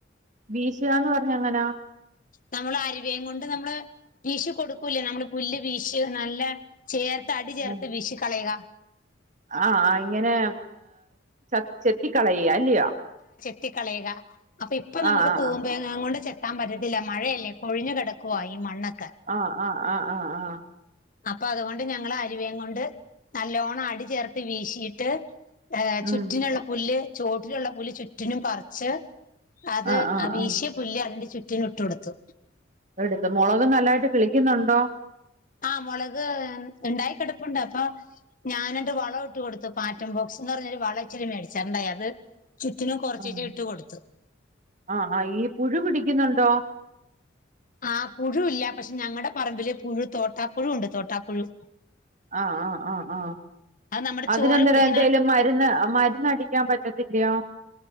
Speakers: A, on the right; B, on the left.
A: ഭീശിഅ പറഞ്ഞ അങ്ങനാ?
B: നമ്മൾ അരുവേയും കൊണ്ട് നമ്മള് വീശി കൊടുക്കൂലെ നമ്മള് പുല്ല് വിശി നല്ല ചേർ തടി ചേർത്ത്
A: ആഹ്
B: വീശി കളയുക.
A: ആഹ് ഇങ്ങനെ ച ചെത്തിക്കളയ അല്ലയോ?
B: കത്തി കളയുക അപ്പൊ ഇപ്പൊ നമുക്ക്
A: ആഹ് ആഹ്
B: തൂമ്പയെനാ കൊണ്ട് <unintelligible> പറ്റത്തില്ല മഴയല്ലേ കൊഴിഞ്ഞു കിടക്കുവാ ഈ മണ്ണ്.
A: ആ-ആ-ആ-ആ-ആ
B: അപ്പൊ അതുകൊണ്ട് ഞങ്ങള് അരുവേയും കൊണ്ട് നല്ലോണം അടി ചേർത്ത് വീശീട്ട് ഏ് ചുറ്റിനുള്ള
A: ഉം
B: പുല്ല് ചോട്ടിലുള്ള പുല്ല് ചുറ്റിനും പറിച്ച് അത്
A: ആഹ് ആഹ്
B: ആ വീശിയ
A: ആഹ്
B: പുല് അതിന്റെ ചുറ്റിനും ഇട്ട് കൊടുത്തു.
A: എടുത്ത മുളക് നല്ലായിട്ട് കി ളിക്കുന്നുണ്ടോ
B: ആ മുളക് ഇണ്ടായി കെടപ്പുണ്ട് അപ്പൊ ഞാനത് വളൊഇട്ട് കൊടുത്ത് പാറ്റം ബോക്സ് ന്ന് പറഞ്ഞരു വളച്ചിരി മേടിച്ച്ണ്ടായി അത് ചുറ്റിനും കൊറച്ചിചെ
A: ആഹ്
B: ഇട്ട് കൊടുത്തു.
A: ആഹ് ആഹ് ഈ പുഴു പിടിക്കുന്നുണ്ടോ
B: ആ പുഴു ഇല്ല, പക്ഷെ ഞങ്ങടെ പറമ്പില് പുഴു തോട്ടാപ്പുഴു ഉണ്ട് തോട്ടാപ്പുഴു
A: അ- ആ-ആ- ആ
B: അത് നമ്മുടെ
A: അതിനെന്തേര
B: ചോര കുടിക്കണ
A: എന്തേലും മരുന്ന് മരന്നടിക്കാൻ പറ്റത്തില്ലയോ?